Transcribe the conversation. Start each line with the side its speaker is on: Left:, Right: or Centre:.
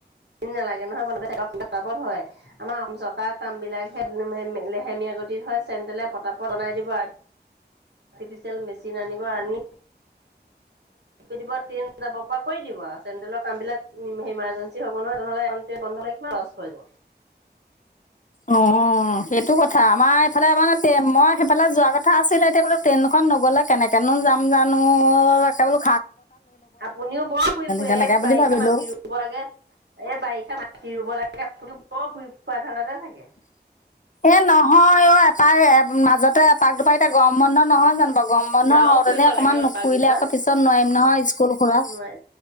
Right: নালাগে নহয় ব হেত পতাপত হয় আমাৰ অসম চৰকাৰৰ কাম বিলাক লেহেমীয়া গতিত হয় চেণ্টেলে পতাপত অনাই দিব আৰু আৰ্টিফিচিয়েল মেচিন আনিব আনি দিব ট্ৰেইন যাব পৰা কৰি দিব চেণ্ডেলৰ কাম বিলাক ইমাৰজেঞ্চি হ'ব নহয় তেনেহ'লে অন্ত বন্ধ হলে কিমান লছ হৈব
Left: অ সেইটো কথা আমাৰ এইফালে মানে মই সেইফালে যোৱা কথা কথা আছিলে এতিয়া বোলে ট্ৰেইনখন নগলে কেনেকেনো যাম জানো একেবোলো
Right: আপুনিও বৰ ফুৰি ফুৰে
Left: তেনেকে
Right: এই
Left: বুলি
Right: বাৰিষা
Left: ভাবিলো।
Right: মাতি ৰুব লাগে। এই বাৰিষা মাটি ৰুব লাগে আপুনিও বৰ ঘূৰি ফুৰা ধানদাতে থাকে
Left: এ নহয় অ এপাৰ মাজতে এপাক দুপাক এতিয়া গৰম বন্ধ নহয় জানো গম বন্ধ
Right: গাঁও
Left: হওতে
Right: ফুৰিব
Left: নে অকনমান
Right: লাগে
Left: নুফুৰিলে
Right: এপাক দুপাক
Left: আকৌ পিছত নোৱাৰিম নহয় স্কুল খোলা
Right: নোৱাৰে।